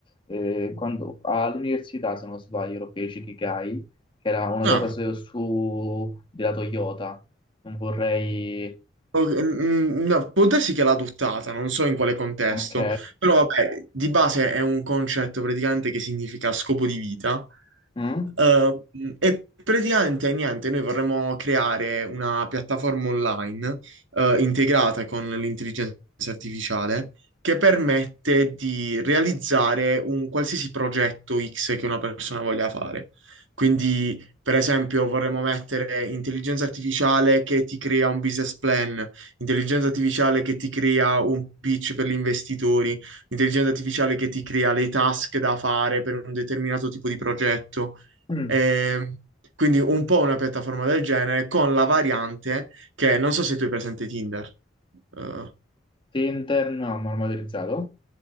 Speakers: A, on the left (about 25°); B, on the right (about 80°).
A: eh, quando, all'università, se non sbaglio, lo feci Ikigai, che era una
B: No.
A: cosa su, su- della Toyota. Non vorrei...
B: Ok, mm, no, può darsi che l'ha adottata, non so in quale contesto,
A: Ok.
B: però vabbè, di base è un concetto praticamente che significa scopo di vita
A: Mm?
B: Eh, e praticamente niente, noi vorremmo creare una piattaforma online eh, integrata con l'intelligenza artificiale che permette di realizzare un qualsiasi progetto X che una persona voglia fare. Quindi, per esempio, vorremmo mettere intelligenza artificiale che ti crea un business plan, intelligenza artificiale che ti crea un pitch per gli investitori, intelligenza artificiale che ti crea le task da fare per un determinato tipo di progetto.
A: Mm.
B: Ehm, quindi un po' una piattaforma del genere con la variante che non so se tu hai presente Tinder. Eh,
A: Tinder, no, marmorizzato.